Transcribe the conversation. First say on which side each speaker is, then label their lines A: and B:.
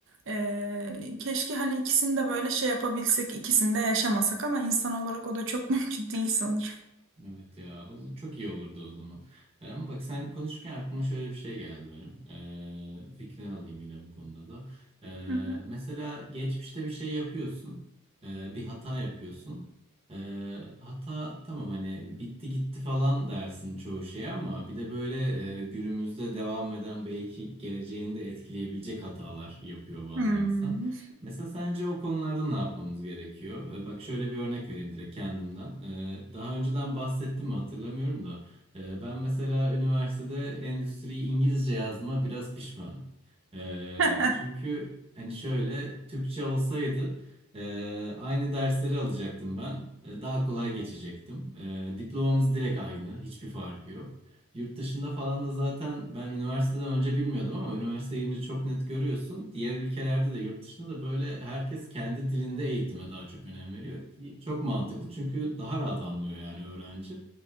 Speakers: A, on the right; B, on the right.
A: Ee, keşke hani ikisini de böyle şey yapabilsek, ikisini de yaşamasak ama insan olarak o da çok <laughs> mümkün değil sanırım.
B: Evet ya o zaman çok iyi olurdu o zaman. E, Ama bak sen konuşurken aklıma şöyle bir şey geldi benim. E, fikrini alayım yine bu konuda da. E,
A: Hı hı.
B: mesela geçmişte bir şey yapıyorsun. E, bir hata yapıyorsun. E, hata tamam hani bitti gitti falan dersin çoğu şeye ama bir de böyle e, günümüzde devam eden belki geleceğini de etkileyebilecek hatalar yapıyor bazen
A: Hmm.
B: insan. Mesela sence o konularda ne yapmamız gerekiyor? Ee, Bak şöyle bir örnek vereyim direkt kendimden. Ee, Daha önceden bahsettim mi hatırlamıyorum da. ee, Ben mesela üniversitede endüstriyi İngilizce yazdığıma biraz pişmanım. Ee,
A: <laughs>
B: Çünkü hani şöyle Türkçe olsaydı ee, aynı dersleri alacaktım ben. Ee, Daha kolay geçecektim. Ee, Diplomamız direkt aynı. Hiçbir farkı yok. Yurt dışında falan da zaten ben üniversiteden önce bilmiyordum ama üniversiteye girince çok net görüyorsun. Diğer ülkelerde de yurt dışında da böyle herkes kendi dilinde eğitime daha çok önem veriyor ki çok mantıklı çünkü daha rahat anlıyor yani öğrenci.